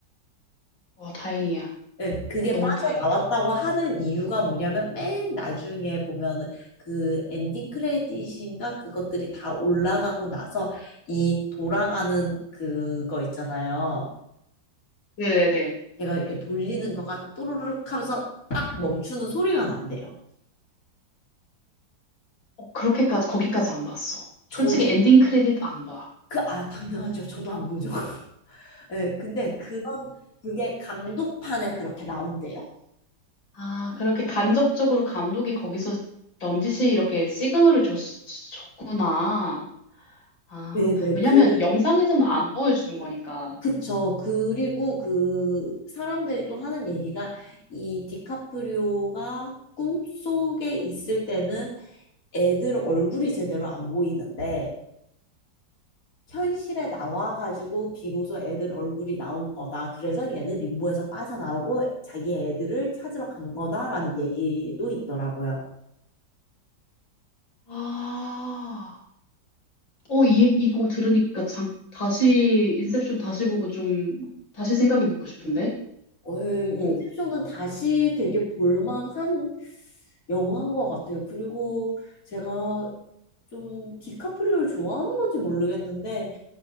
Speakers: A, on the left; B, on the left.
A: 어, 다행이야.
B: 네, 그게
A: 너무
B: 빠져나왔다고
A: 다행이다.
B: 하는 이유가 뭐냐면 맨 나중에 보면은 그 엔딩 크레딧인가 그것들이 다 올라가고 나서 이 돌아가는 그거 있잖아요.
A: 네네네.
B: 걔가 이렇게 돌리는 거가 또르륵 하면서 딱 멈추는 소리가 난대요.
A: 어, 그렇게까지, 거기까지 안 봤어. 솔직히
B: 저도
A: 엔딩 크레딧 안 봐.
B: 그, 아, 당연하죠. 저도 안 보죠. <laughs> 네, 근데 그런, 그게 감독판에 그렇게 나온대요.
A: 아, 그렇게 간접적으로 감독이 거기서 넌지시 이렇게 시그널을 줬, 줬구나. 아,
B: 네네,
A: 왜냐면
B: 그래.
A: 영상에서는 안 보여주는 거니까.
B: 그쵸. 그리고 그 사람들이 또 하는 얘기가 이 디카프리오가 꿈속에 있을 때는 애들 얼굴이 제대로 안 보이는데 현실에 나와가지고 비로소 애들 얼굴이 나온 거다. 그래서 얘는 림보에서 빠져나오고 자기 애들을 찾으러 간 거다라는 얘기도 있더라고요.
A: 아, 어, 이, 이거 들으니까 장, 다시, 인셉션 다시 보고 좀, 다시 생각해보고 싶은데?
B: 어, 인셉션은
A: 오
B: 다시 되게 볼만한 영화인 것 같아요. 그리고 제가 좀 디카프리오를 좋아하는 건지 모르겠는데